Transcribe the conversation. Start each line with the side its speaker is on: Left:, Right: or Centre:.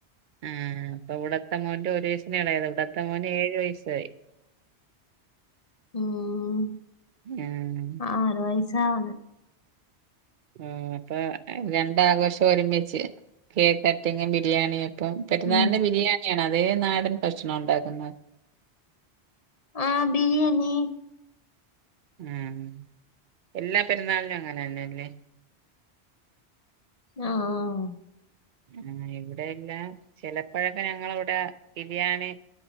Right: ആ അപ്പൊ ഇവിടത്തെമോന്റെ ഒരെ എളേത് ഇവിടെത്ത മോന് എഴു വയസ് <unintelligible>
Left: ഉം
Right: ആഹ്
Left: ആറ് വയ- സാവണ്
Right: ഓ അപ്പൊ രണ്ടാഘോഷം ഒരുമിച്ച് കേക്കട്ടിങ്ങും ബിരിയാണിയൊക്കെ പ്പം പെര്ന്നാളിന്
Left: ഉം
Right: ബിരിയാണിയാ- അതേ നാടൻ ഭക്ഷണാ ഉണ്ടാക്കുന്നത്
Left: ആഹ് ബിരിയേണി
Right: ഉം എല്ലാ പെരുന്നാളിനു അങ്ങനെന്നല്ലേ
Left: ആഹ്
Right: ആ ഇവിടെ എല്ലാം ചെലപ്പഴൊക്കെ ഞങ്ങളവിടെ ബിരിയാണി